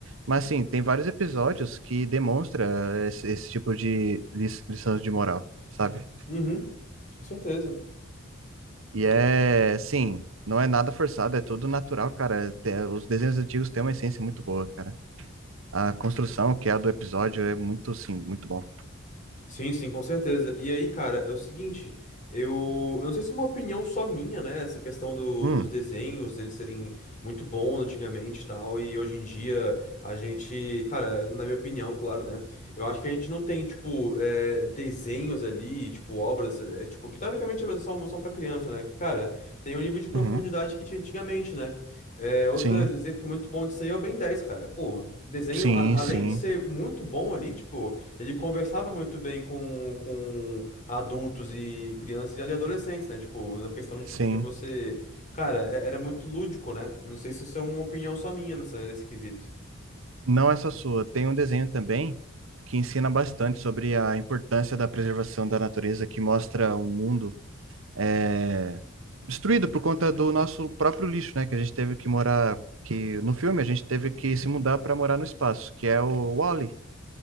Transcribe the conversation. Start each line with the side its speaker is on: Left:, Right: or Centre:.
Right: Mas sim, tem vários episódios que demonstra esse, esse tipo de lis- lições de moral, sabe?
Left: Uhum. Com certeza.
Right: E é, sim, não é nada forçado, é tudo natural, cara. Te- Os desenhos antigos têm uma essência muito boa, cara. A construção, que é a do episódio, é muito, sim, muito bom.
Left: Sim, sim, com certeza. E aí, cara, é o seguinte, eu, eu não sei se é uma opinião só minha, né? Essa questão do,
Right: Hum,
Left: dos desenhos, eles serem muito bons antigamente e tal, e hoje em dia a gente, cara, na minha opinião, claro, né? Eu acho que a gente não tem, tipo, é, desenhos ali, tipo, obras, é, tipo, que teoricamente são, são pra criança, né? Que, cara, tem um nível de profundidade
Right: uhum,
Left: que tinha antigamente, né? É, outro
Right: sim,
Left: exemplo muito bom disso aí é o Ben 10, cara. Pô, desenho,
Right: sim,
Left: a-
Right: sim.
Left: além de ser muito bom ali, tipo. Ele conversava muito bem com, com adultos e crianças e adolescentes, né? Tipo, na questão de,
Right: Sim,
Left: tipo, de você... Cara, é- era muito lúdico, né? Não sei se isso é uma opinião só minha nessa, nesse quesito.
Right: não essa sua. Tem um desenho também que ensina bastante sobre a importância da preservação da natureza, que mostra um mundo é, destruído por conta do nosso próprio lixo, né? Que a gente teve que morar, que no filme a gente teve que se mudar para morar no espaço, que é o wall